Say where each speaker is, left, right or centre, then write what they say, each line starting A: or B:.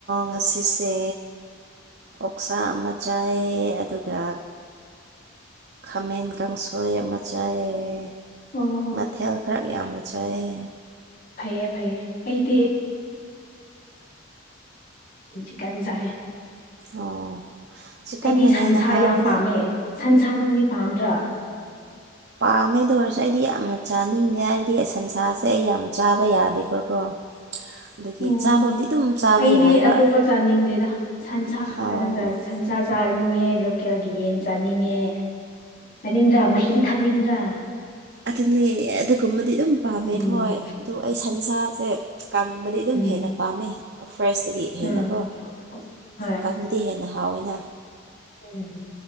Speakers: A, on the right; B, on the left.
A: ꯉꯁꯤꯁꯦ ꯑꯣꯛꯁꯥ ꯑꯃ ꯆꯥꯏꯌꯦ ꯑꯗꯨꯒ ꯈꯥꯃꯦꯟ ꯀꯥꯡꯁꯣꯏ ꯑꯃ ꯆꯥꯏꯌꯦ
B: ꯑꯣ ꯑꯣ
A: ꯊꯦꯜ ꯈꯔ ꯌꯥꯝꯅ ꯆꯥꯏꯌꯦ
B: ꯐꯩꯌꯦ ꯐꯩꯌꯦ ꯑꯩꯗꯤ ꯆꯤꯀꯟ ꯆꯥꯏꯌꯦ
A: ꯑꯣ ꯆꯤꯛꯀꯟꯅ
B: ꯑꯩꯗꯤ ꯁꯟꯁꯥ
A: ꯍꯦꯟꯅ ꯍꯥꯎꯋꯦꯗ
B: ꯌꯥꯝ ꯄꯥꯝꯃꯦ ꯁꯟꯁꯥ ꯅꯪꯗꯤ ꯄꯥꯝꯗ꯭ꯔꯥ
A: ꯄꯥꯝꯃꯦꯗ ꯑꯗꯣꯑꯣꯏꯔꯁꯨ ꯑꯩꯗꯤ ꯌꯥꯝꯅ ꯆꯥꯅꯤꯡꯗꯦ ꯍꯥꯏꯕꯗꯤ ꯁꯟꯁꯥꯁꯦ ꯑꯩ ꯌꯥꯝ ꯆꯥꯕ ꯌꯥꯗꯦꯕꯀꯣ <unintelligible>
B: ꯑꯣꯎꯝ
A: ꯆꯥꯕꯕꯨꯗꯤ ꯑꯗꯨꯝ ꯆꯥꯕ
B: ꯑꯩꯗꯤ
A: ꯌꯥꯏꯕ
B: ꯑꯇꯣꯞꯄ ꯆꯥꯅꯤꯡꯗꯦꯗ ꯁꯟꯁꯥ ꯈꯛꯇꯅꯦ
A: ꯑꯣ
B: ꯁꯟ ꯁꯥ ꯆꯥꯅꯤꯡꯉꯦ ꯂꯣꯀꯦꯜꯒꯤ ꯌꯦꯟ ꯆꯥꯅꯤꯡꯉꯦ ꯆꯥꯅꯤꯡꯗ꯭ꯔꯥ ꯃꯍꯤ ꯊꯛꯅꯤꯡꯗ꯭ꯔꯥ
A: ꯑꯗꯨꯅꯦ ꯑꯗꯨꯒꯨꯝꯕꯗꯤ ꯑꯗꯨꯝ ꯄꯥꯝꯃꯦ
B: ꯎꯝ
A: ꯍꯣꯏ ꯑꯗꯨ ꯑꯩ ꯁꯟꯁꯥꯁꯦ ꯀꯪꯕꯗꯤ ꯑꯗꯨꯝ
B: ꯎꯝ
A: ꯍꯦꯟꯅ ꯄꯥꯝꯃꯦ ꯐ꯭ꯔꯦꯁꯇꯒꯤ ꯍꯦꯟꯅꯀꯣ
B: ꯑꯥ ꯍꯣꯏ
A: ꯀꯡꯕꯗꯤ ꯍꯦꯟꯅ ꯍꯥꯎꯋꯦꯅ
B: ꯎꯝ